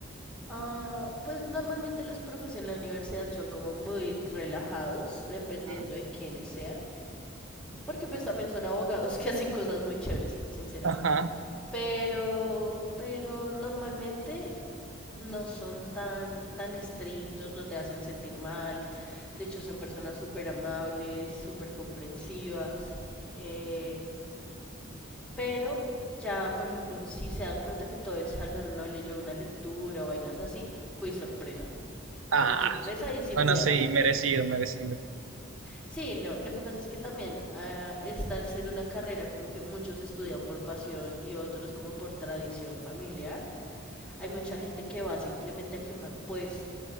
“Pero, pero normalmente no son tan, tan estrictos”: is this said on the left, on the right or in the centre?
Centre